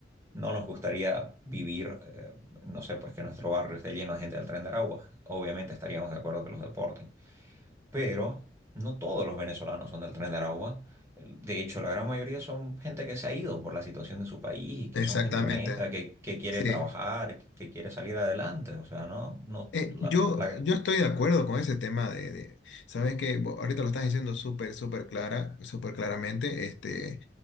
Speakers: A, on the right (about 15°); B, on the left (about 80°).
A: no nos gustaría vivir, eh, no sé, pues que nuestro barrio esté lleno de gente del Tren de Aragua. Obviamente estaríamos de acuerdo que los deporten pero no todos los venezolanos son del Tren de Aragua. De hecho, la gran mayoría son gente que se ha ido por la situación de su país y que
B: exactamente,
A: son gente honesta, que, que quiere
B: sí.
A: trabajar, que quiere salir adelante. O sea, no, no,
B: Eh,
A: la,
B: yo,
A: la-
B: yo estoy de acuerdo con ese tema de, de- sabes que ahorita lo estás diciendo súper, súper clara, súper claramente, este,